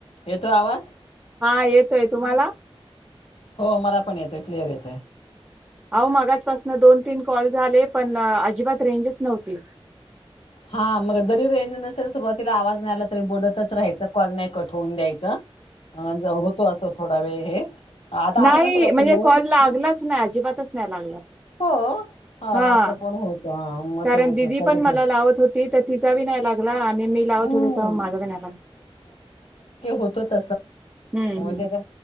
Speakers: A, on the left; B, on the right.
A: येतोय आवाज?
B: हा येतोय तुम्हाला!
A: हो मला पण येतोय क्लिअर येत
B: अवो मगचपासना दोन तीन कॉल झाले पण अजिबात रेंजच नव्हती.
A: हा मग जरी रेंज नसेल सुरुवातीला आवाज नाही आला तरी बोलतच राहायच कॉल नाही कठ होऊून द्यायचा होतो असं थोडा वेळ हे आता
B: नाही
A: आहे ना तुला
B: म्हणजे
A: फुल रेंज?
B: कॉल लागलाच
A: मग?
B: नाही अजिबातच नाही लागला
A: हो ह
B: हा
A: असं पण होत ह मग
B: कारण
A: ते
B: दिदी
A: कधी
B: पण मला लावत होती तर तिचा बी नाही लागला आणि मी लावत
A: हम्म
B: होते तर माझा बी नाही लागला
A: होत त
B: हम्म हम्म.
A: त्या